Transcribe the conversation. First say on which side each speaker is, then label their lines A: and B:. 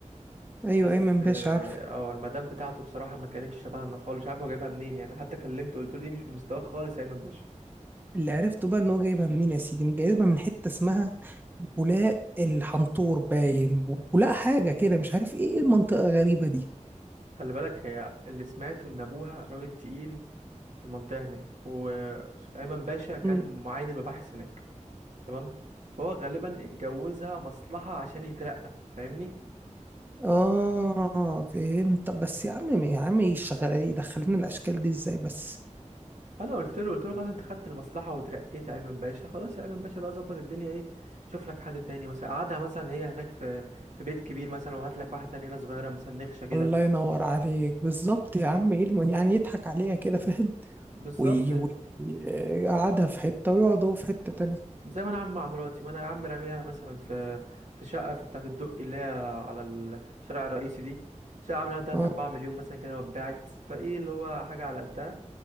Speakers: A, on the right (about 15°); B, on the right (about 70°).
A: ايوه
B: بس
A: ايمن
B: اه
A: باشا عارفه
B: آه، المدام بتاعته بصراحة ما كانتش شبهنا خالص مش عارف هو جايبها منين يعني حتى كلمته قلت له دي مش من مستواك خالص يا ايمن باشا
A: اللي عرفته بقى ان هو جايبها منين يا سيدي جايبها من حته اسمها بولاق الحنطور باين بو- بولاق حاجة كده مش عارف ايه إيه المنطقة الغريبة دي
B: خلي بالك هي اللي سمعته ان ابوها راجل تقيل في المنطقة هناك وايمن باشا كان
A: م-
B: معين المباحث هناك تمام فهو غالبا اتجوزها مصلحة عشان يترقى فاهمني
A: اه فهمت طب بس يا عم يا عم يشغل يدخلنا الأشكال دي ازاي بس
B: انا قلت له قلت له خلاص انت خدت المصلحة وترقيت يا ايمن باشا خلاص يا ايمن باشا بقى ظبط الدنيا ايه شوف لك حد تاني مثلا قعدها مثلا هي هناك في في بيت كبير مثلا وهات لك واحدة تانية هنا صغيرة مثلا نخشة كده
A: الله ينور عليك بالظبط يا عم ايه الم- يعني يضحك عليها كده فاهم
B: بالظبط
A: ويقعدها في حتة ويقعد هو في حتة تانية
B: زي ما انا عامل مع مراتي ما انا العم راميها مثلا في في شقه في بتاعه الدقي اللي هي على الشارع الرئيسي دي شقه عاملاها 3
A: اه
B: 4 مليون مثلا كده واتباعت فايه اللي هو حاجه على قدها